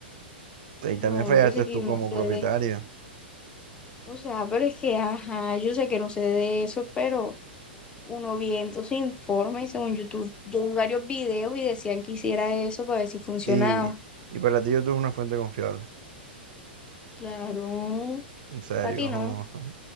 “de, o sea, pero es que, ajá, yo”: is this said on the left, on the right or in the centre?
Left